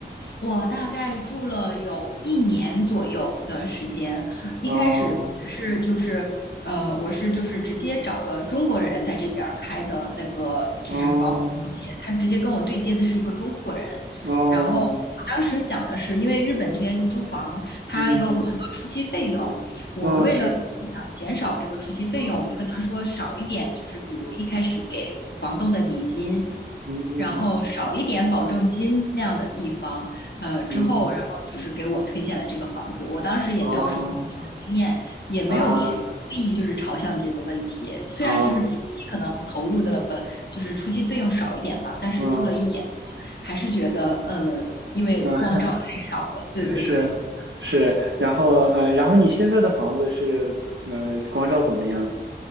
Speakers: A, on the left (about 65°); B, on the right (about 75°).
A: 我大概住了有一年左右的时间，一开始是就是呃，
B: 哦
A: 我是就是直接找了中国人在这边儿开的那个就是房屋中介，
B: 哦
A: 他直接跟我对接的是一个中国人，
B: 哦，
A: 然后我当时想的是，因为日本这边租房它有很多初期费用，
B: 嗯
A: 我为了想减少这个初期费用，
B: 哦是啊，
A: 我就跟他说少一点，就是比如一开始给房东的礼金。
B: 嗯
A: 然后少一点保证金那样的地方，呃，之后然后就是给我推荐了这个房子。
B: 嗯嗯，
A: 我当时也没有什么房的经验，
B: 哦
A: 也没有去注意就是朝向的这个问题。
B: 啊
A: 虽然就是初期可能投入的就是初期费用少一点吧，
B: 啊
A: 但是住了一年多，
B: 嗯
A: 还是觉得呃，因为光照太少了。
B: 嗯。<laughs>
A: 对对对，
B: 嗯，是是，然后呃，然后你现在的房子是嗯、呃光照怎么样呢？